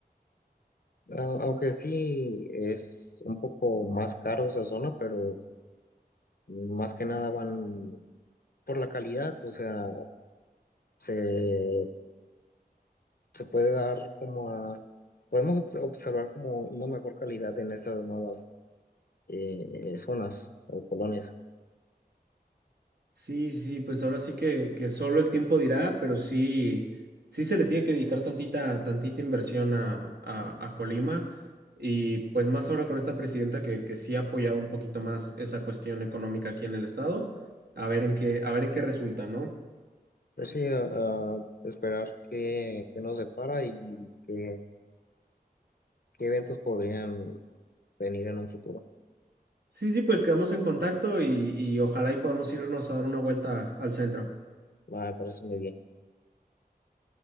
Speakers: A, on the left; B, on the right.
A: A- Aunque sí es un poco más caro esa zona, pero más que nada van por la calidad, o sea, se se puede dar como a, podemos obs- observar como una mejor calidad en esas nuevas eh, zonas o colonias.
B: Sí, sí, sí, pues ahora sí que, que solo el tiempo dirá, pero sí, sí se le tiene que dedicar tantita, tantita inversión a, a, a Colima y pues más ahora con esta presidenta que, que sí ha apoyado un poquito más esa cuestión económica aquí en el estado, a ver en qué, a ver en qué resulta, ¿no?
A: Pero sí, a- a esperar qué, qué nos depara y qué, qué eventos podrían venir en un futuro.
B: Sí, sí, pues quedamos en contacto y, y ojalá y podamos irnos a dar una vuelta al centro.
A: Me parece muy bien.